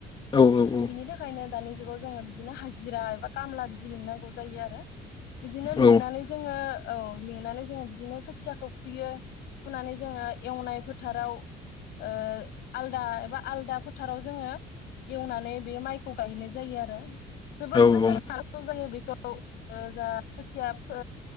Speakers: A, on the left; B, on the left.
A: औ औ औ।
B: बिनि थाखायनो दानि जुगाव जोङो बिदिनो हाजिरा एबा खामला बिदि लिंनांगौ जायो आरो। बिदिनो लिंनानै
A: औ
B: जोङो औ लिंनानै जोङो बिदिनो खोथियाखौ फुयो फुनानै जोङो एवनाय फोथाराव ओ आलदा एबा आलदा फोथाराव जोङो एवनानै बे मायखौ गायनाय जायो आरो। जोबोद
A: औ
B: जोथोन लानांगौ जायो बेखौ <inaudible> ओ जा खोथिया फो